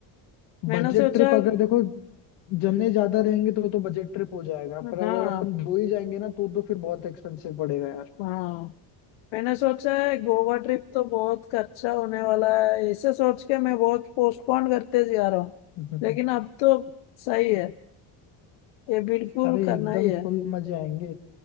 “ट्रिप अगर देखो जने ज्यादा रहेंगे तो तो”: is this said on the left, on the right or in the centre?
Left